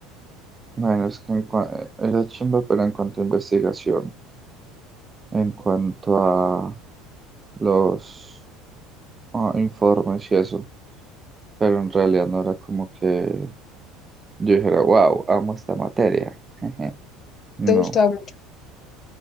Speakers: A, on the right (about 25°); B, on the left (about 40°).
A: bueno, es que en cua- era chimba, pero en cuanto a investigación, en cuanto a los ah, informes y eso, pero en realidad no era como que yo dijera, wow, amo esta materia. <laughs> No,
B: te gustaba mucho.